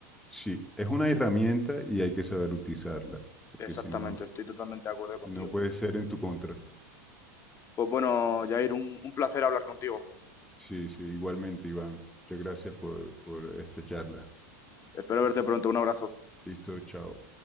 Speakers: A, in the centre; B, on the left (about 30°).
A: Sí, es una herramienta y hay que saber utilizarla, porque
B: Exactamente,
A: si no,
B: estoy totalmente de acuerdo contigo.
A: si no puede ser en tu contra.
B: Pues bueno, Jair, un, un placer hablar contigo.
A: Sí, sí, igualmente, Iván. Muchas gracias por, por esta charla.
B: Espero verte pronto. Un abrazo.
A: Listo, chao.